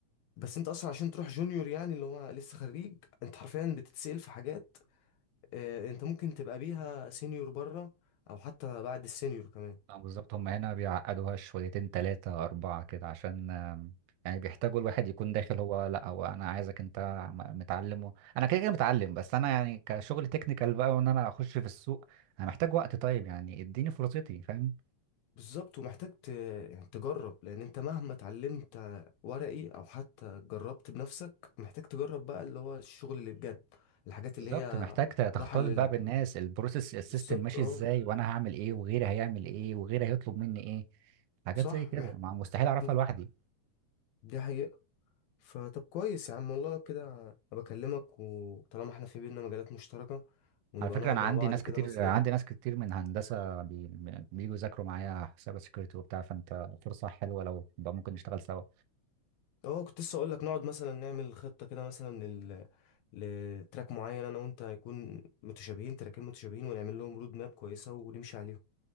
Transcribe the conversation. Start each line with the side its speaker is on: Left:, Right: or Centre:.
Left: بس انت اصلا عشان تروح جونيور يعني اللي هو لسه خريج انت حرفيا بتتسأل في حاجات آه، انت ممكن تبقى بيها سينيور بره او حتى بعد السينيور كمان
Right: اه بالظبط هم هنا بيعقدوها شويتين تلاتة أربعة كده عشان آم، يعني بيحتاجوا الواحد يكون داخل هو لا هو أنا عايزك أنت م- متعلم و... أنا كده كده متعلم بس أنا يعني كشغل تكنيكال بقى وإن أنا أخش في السوق أنا محتاج وقت طيب يعني إديني فرصتي فاهم
Left: بالظبط ومحتاج ت... يعني تجرب لان انت مهما اتعلمت ورقي او حتى جربت بنفسك محتاج تجرب بقى اللي هو الشغل اللي بجد الحاجات
Right: بالظبط
Left: اللي هي
Right: محتاج ت- تختلط
Left: راحة لل
Right: بقى بالناس البروسيس السيستم
Left: بالظبط
Right: ماشي
Left: اه
Right: إزاي وأنا هعمل إيه وغيري هيعمل إيه وغيري هيطلب مني إيه حاجات
Left: صح
Right: زي كده
Left: مح...
Right: ما مستحيل أعرفها
Left: مم.
Right: لوحدي
Left: دي حقيقة فطب كويس يا عم والله لو كده أنا بكلمك وطالما احنا في بينا مجالات مشتركة ونبقى
Right: على فكرة
Left: نقعد
Right: أنا عندي
Left: مع بعض
Right: ناس
Left: كده
Right: كتير
Left: مثلا
Right: عندي ناس كتير من هندسة بي... بييجوا يذاكروا معايا حساب سكيورتي وبتاع فأنت فرصة حلوة لو بقى ممكن نشتغل سوا
Left: اه كنت لسه اقول لك نقعد مثلا نعمل خطه كده مثلا لل... لتراك معين انا وانت هيكون متشابهين تراكين متشابهين ونعمل لهم رود ماب كويسه ونمشي عليهم